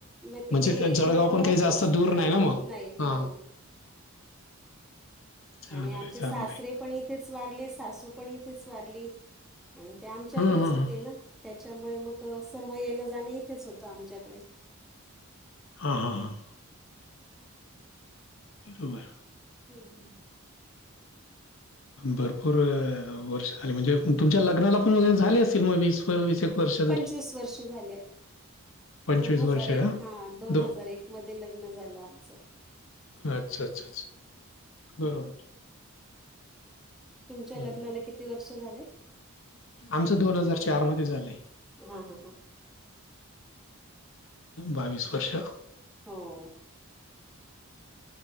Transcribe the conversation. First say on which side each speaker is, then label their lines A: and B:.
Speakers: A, in the centre; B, on the left.
A: मग तिकडे
B: म्हणजे
A: येणं
B: तेंच्यागाव
A: जाणं
B: पण
A: होतच
B: काही जास्त दूर नाही ना मग
A: नाही
B: हा.
A: हो
B: चांगलंय
A: आणि आमचे
B: चांगलंय
A: सासरे पण इथेच वारले सासू पण इथेच वारली. आणि ते आमच्याकडेच
B: हम्म हम्म
A: होते
B: हम्म.
A: ना त्याच्यामुळे मग सर्व येणं जाणं इथेच होतं आमच्याकडे.
B: हां हां हां. बरोबर.
A: हम्म.
B: भरपूर वर्ष झाली म्हणजे तुमच्या लग्नाला पण झाले असतील मग वीस वर्ष तरी
A: पंचवीस वर्ष झाले.
B: पंचवीस
A: दोन हजार
B: वर्ष का
A: एक हा दोन
B: दो
A: हजार एक मध्ये लग्न झालं आमचं.
B: अच्छा अच्छा अच्छा बरोबर.
A: तुमच्या
B: हम्म.
A: लग्नाला किती वर्ष झाले.
B: आमचं दोन हजार चार मध्ये झालंय.
A: हा हा हा.
B: बावीस वर्ष.
A: हो.